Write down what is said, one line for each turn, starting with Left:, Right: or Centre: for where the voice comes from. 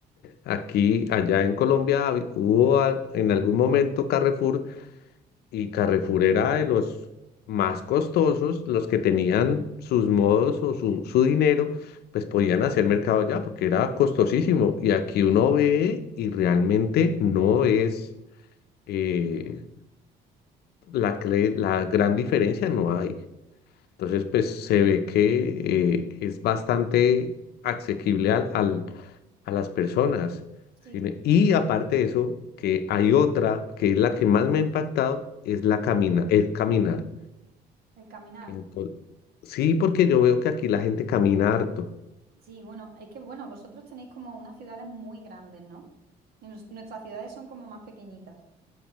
Left: Aquí, allá en Colombia, hab- hubo a- en algún momento Carrefour y Carrefour era de los más costosos, los que tenían sus modos o su, su dinero, pues podían hacer mercado allá porque era costosísimo. Y aquí uno ve y realmente no es eh, la, cle- la gran diferencia, no hay. Entonces, pues se ve que eh, es bastante asequible al, al- a las personas.
Right: sí,
Left: ¿sí? Y aparte de eso, que hay otra que es la que más me ha impactado, es la camina, el caminar.
Right: el caminar.
Left: Ento- sí, porque yo veo que aquí la gente camina harto.
Right: Sí, bueno, es que bueno, vosotros tenéis como unas ciudades muy grandes, ¿no? Y nos- nuestras ciudades son como más pequeñitas.